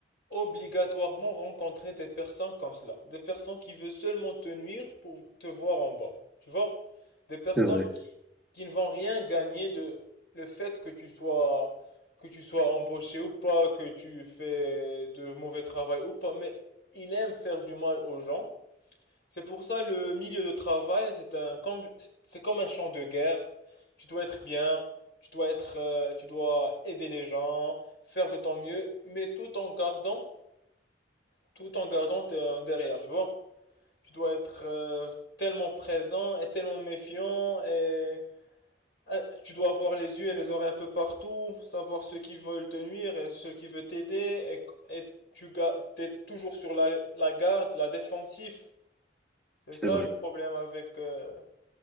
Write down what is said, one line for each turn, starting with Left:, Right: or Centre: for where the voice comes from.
Left: obligatoirement rencontrer des personnes comme cela. Des personnes qui veulent seulement te nuire pour te voir en bas. Tu vois? Des personnes
Centre: C'est vrai,
Left: qui, qui ne vont rien gagner de le fait que tu sois, que tu sois embauché ou pas, que tu fais de mauvais travail ou pas, mais il aime faire du mal aux gens c'est pour ça le milieu de travail, c'est un com- c'est comme un champ de guerre. Tu dois être bien, tu dois être, euh, tu dois aider les gens, faire de ton mieux, mais tout en gardant, tout en gardant t- derrière, tu vois. Tu dois être euh, tellement présent et tellement méfiant et euh, tu dois avoir les yeux et les oreilles un peu partout, savoir ceux qui veulent te nuire et ceux qui veulent t'aider et, et tu es toujours sur la, la garde, la défensive. C'est
Centre: c'est
Left: ça
Centre: vrai,
Left: le problème avec euh,